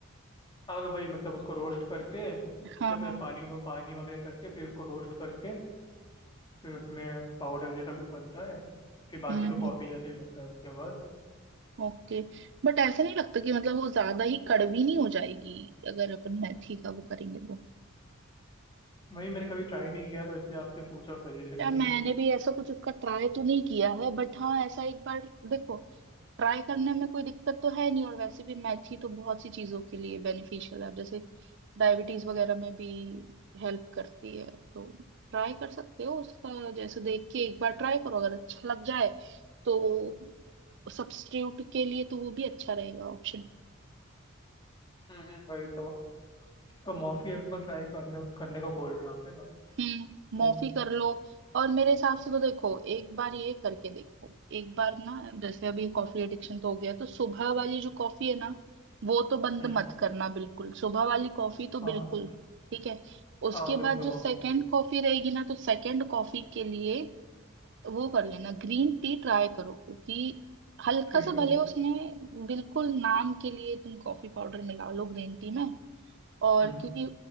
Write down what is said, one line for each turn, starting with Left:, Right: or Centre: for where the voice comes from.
Left: हाँ मतलब वही मतलब उसको रोस्ट करके फिर
Right: हाँ
Left: पहले
Right: हाँ
Left: पानी पानी वगैरह करके फिर उसको रोस्ट करके फिर उसमें पाउडर जैसा कुछ बनता है फिर बाकी
Right: हम्म
Left: तो कॉफ़ी
Right: हम्म
Left: जैसा ही बनता है उसके बाद
Right: ओके बट ऐसा नहीं लगता कि मतलब वो ज्यादा ही कड़वी नहीं हो जाएगी अगर अपन मेथी का वो करेंगे तो
Left: वही मैंने कभी ट्राई नहीं किया तो इसलिए आपसे पूछा सजेशन
Right: यार
Left: की
Right: मैंने भी ऐसा कुछ उसका ट्राई तो नहीं किया है बट हाँ ऐसा एक बार देखो ट्राई करने में कोई दिक्कत तो है नहीं और वैसे भी मेथी तो बहुत सी चीजों के लिए बेनिफिशियल है अब जैसे डायबिटीज वगैरह में भी हेल्प करती है तो ट्राई कर सकते हो उसका जैसे देख के एक बार ट्राई करो अगर अच्छा लग जाए तो सब्स्टिट्यूट के लिए तो वो भी अच्छा रहेगा ऑप्शन
Left: हम्म हम्म। वही तो तो मॉफी एक बार ट्राई करने करने को बोल रहे हो आप है ना
Right: हम्म
Left: तो
Right: मॉफी कर लो और मेरे हिसाब से तो देखो एक बार ये करके देखो एक बार ना जैसे अभी कॉफी एडिक्शन तो हो गया तो सुबह वाली जो कॉफी है ना वो तो बंद
Left: हम्म
Right: मत करना बिल्कुल सुबह वाली कॉफी तो
Left: हाँ
Right: बिल्कुल ठीक है उसके
Left: हाँ वही
Right: बाद
Left: तो
Right: जो सेकंड
Left: हाँ
Right: कॉफी रहेगी ना तो सेकंड कॉफी के लिए वो कर लेना ग्रीन टी ट्राई करो क्योंकि हल्का
Left: ठीक
Right: सा
Left: है
Right: भले उसमें बिल्कुल नाम के लिए तुम कॉफी पाउडर मिला लो ग्रीन टी में और
Left: हम्म,
Right: क्योंकि